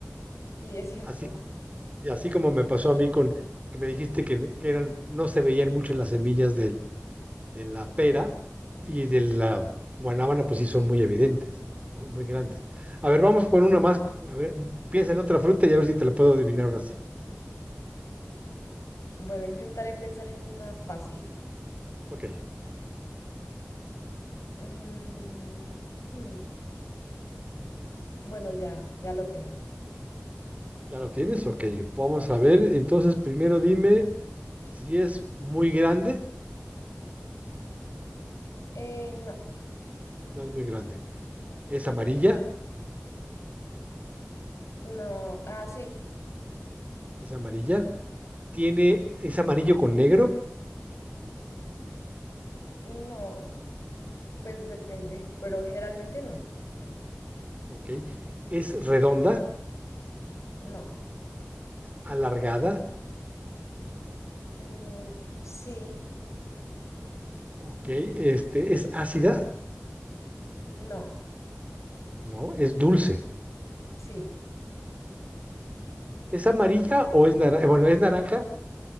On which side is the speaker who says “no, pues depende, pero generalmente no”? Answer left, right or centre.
Left